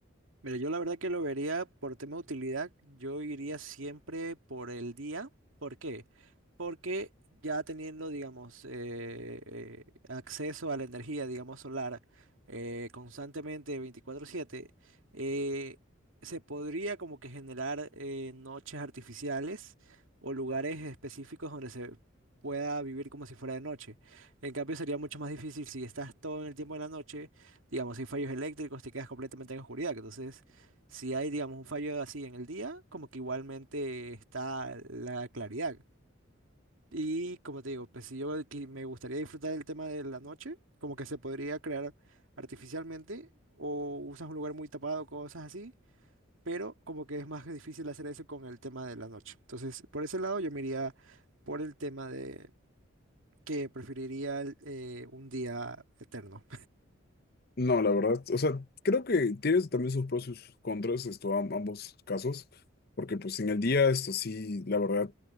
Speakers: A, on the right; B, on the left.
A: Mira, yo la verdad que lo vería por tema de utilidad, yo iría siempre por el día. ¿Por qué? Porque ya teniendo, digamos, eh, eh, acceso a la energía, digamos, solar eh, constantemente 24/7, eh, se podría como que generar eh, noches artificiales o lugares específicos donde se pueda vivir como si fuera de noche. En cambio, sería mucho más difícil si estás todo el tiempo de la noche Digamos, si fallos eléctricos, te quedas completamente en oscuridad. que Entonces, si hay, digamos, un fallo así en el día, como que igualmente está la claridad. Y como te digo, pues si yo qui- me gustaría disfrutar del tema de la noche, como que se podría crear artificialmente o usas un lugar muy tapado, cosas así, pero como que es más difícil hacer eso con el tema de la noche. Entonces, por ese lado yo me iría por el tema de que preferiría el, eh, un día eterno.
B: No, la verdad, o sea, creo que tienes también sus pros y sus contras, esto, am- ambos casos, porque pues en el día, esto sí, la verdad,